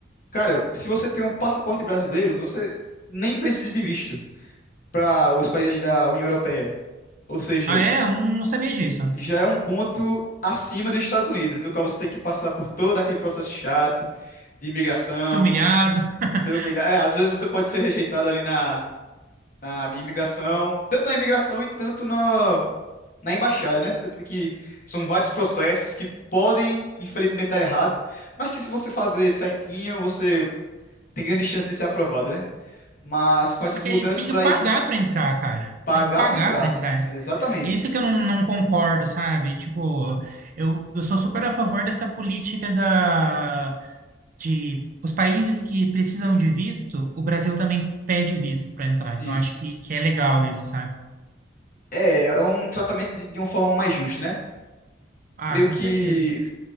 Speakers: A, on the left; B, on the right.
A: cara, se você tem um passaporte brasileiro, você nem precisa de visto para os países da União Europeia. Ou seja,
B: Ah, é? Eu não, não sabia disso.
A: já é um ponto acima dos Estados Unidos, no qual você tem que passar por todo aquele processo chato de imigração,
B: Ser humilhado. <laughs>
A: ser humilhado. É, às vezes você pode ser rejeitado ali na, na imigração, tanto na imigração e tanto na, na embaixada, né? Você tem que. São vários processos que podem, infelizmente, dar errado, mas que se você fazer certinho, você tem grande chance de ser aprovado, né? Mas com
B: Só
A: essas
B: que
A: mudanças
B: aí você tem que
A: aí
B: pagar
A: de
B: pra entrar, cara.
A: pagar
B: Você tem que pagar
A: para entrar,
B: pra entrar.
A: exatamente
B: É Isso que eu não, não concordo, sabe? Tipo, eu, eu sou super a favor dessa política da, de os países que precisam de visto, o Brasil também pede visto pra entrar. Então,
A: isso.
B: acho que, que é legal isso, sabe?
A: É, é um tratamento de, de uma forma mais justa, né?
B: Ah,
A: Creio
B: com
A: que,
B: certeza.